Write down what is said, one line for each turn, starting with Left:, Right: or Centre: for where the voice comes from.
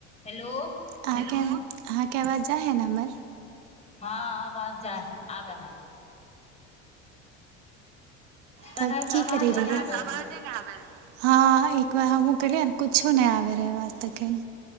Left: hello
Right: अहाँके अहाँके आवाज जाइ हइ ने हमर
Left: हँ अब आवाजा आबै है तखन
Right: तब
Left: से
Right: की
Left: आवाजे
Right: करे रहियै
Left: नहि आबै
Right: तखन से अवाजे
Left: रहै
Right: नहि आबय रहय हँ एक बार हमहुँ कलियै ने कु किछो नहि आबै रहै तखन